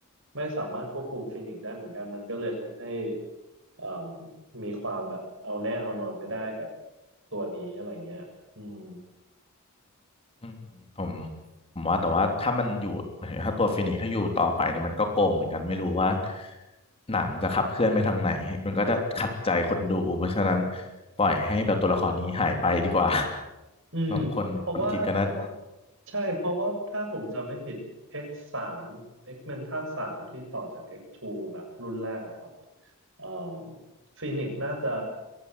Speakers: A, on the right; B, on the left.
A: ไม่สามารถควบคุมฟีนิกซ์ได้เหมือนกันมันก็เลยทำให้เอ่มมีความแบบเอาแน่เอานอนไม่ได้กับตัวนี้อะไรเงี้ยอืม
B: อืมผมผมว่าแต่ว่าถ้ามันอยู่ <laughs> หมายถึงถ้าตัวฟินิกซ์ถ้าอยู่ต่อไปเนี่ยมันก็โกงเหมือนกันไม่รู้ว่าหนังจะขับเคลื่อนไปทางไหนมันก็จะขัดใจคนดูเพราะฉะนั้นปล่อยให้แบบตัวละครนี้หายไปดีกว่า <laughs>
A: อืมเพราะว่า
B: บางคนคนคิดก็นะว่า
A: ใช่ เพราะว่าถ้าผมจำไม่ผิด X สาม X-Men ภาคสามที่ต่อจาก X 2แบบรุ่นแรกอะครับเอ่มฟีนิกซ์น่าจะ